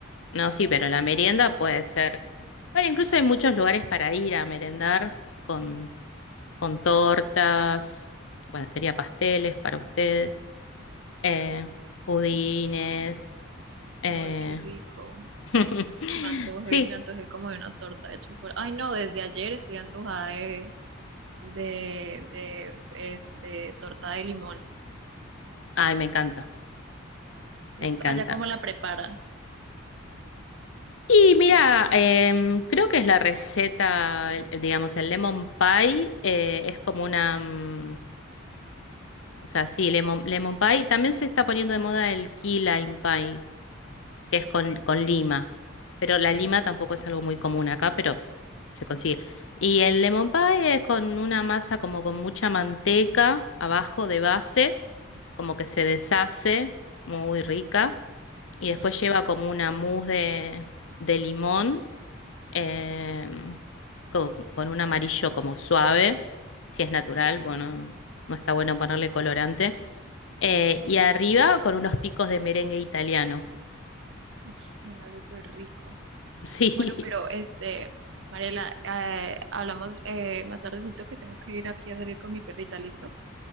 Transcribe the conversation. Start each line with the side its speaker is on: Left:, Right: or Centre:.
Left: no, sí, pero la merienda puede ser... Bueno, incluso hay muchos lugares para ir a merendar con, con tortas. Bueno, sería pasteles para ustedes. eh, pudines. eh,
Right: ay, qué rico.
Left: <laughs>
Right: Me antojé,
Left: Sí,
Right: me antojé como de una torta de chocolate. Ay, no, desde ayer estoy antojada de, de, de este, torta de limón,
Left: ay, me encanta,
Right: ¿cierto?
Left: me encanta.
Right: Allá cómo la preparan.
Left: Y mira, em, creo que es la receta, el- digamos, el lemon pie eh, es como una, mm, o sea, sí, lemon, lemon pie. También se está poniendo de moda el key lime pie. que es con, con lima. Pero la lima tampoco es algo muy común acá, pero se consigue. Y el lemon pie es con una masa como con mucha manteca abajo de base, como que se deshace, muy rica. Y
Right: Mm,
Left: después lleva como una mousse de, de limón, em, con, con un amarillo como suave, si es natural, bueno, no está bueno ponerle colorante. Eh, y arriba con unos picos de merengue italiano.
Right: uf, suena súper rico.
Left: Sí.
Right: Bueno, pero
Left: <laughs>
Right: este, Mariela, eh, hablamos eh, más tardecito que tengo que ir aquí a salir con mi perrita, ¿listo?